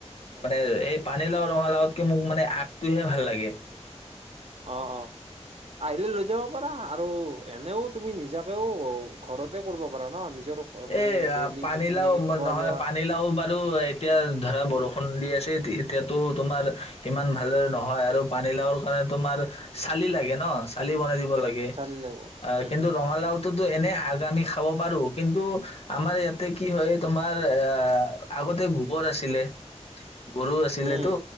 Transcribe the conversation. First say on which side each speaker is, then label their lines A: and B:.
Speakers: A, on the right (about 65°); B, on the left (about 60°).
A: অ
B: মানে এই পাত পানীলাও, ৰঙালাওতকৈ মোক মানে আগটোহে ভাল লাগে।
A: অ', অ', আহিলে লৈ যাব পাৰা আৰু এনেও তুমি নিজাকেও ঘৰতে কৰিব পাৰা ন নিজৰ মানে
B: এ
A: ডেইলি
B: আ, পানীলাওঁ
A: যিখিনি খোৱা
B: নহয়
A: লোৱা
B: পানীলাওঁ বাৰু এতিয়া ধৰা বৰষুণ সুন দি আছে এতিয়াটো তোমাৰ, ইমান ভালৰে নহয়, আৰু পানীলাওৰ কাৰনে তোমাৰ চালি লাগে ন, চালি বনাই <unintelligible> লাগে
A: চালি লাগিব উম
B: কিন্তু ৰঙালাওটোত টো এনে আগ, আমি খাব পাৰোঁ। কিন্তু আমাৰ ইয়াতে কি হয় তোমাৰ আহ, আগতে গোবৰ আছিলে গৰু আছিলেতো
A: উম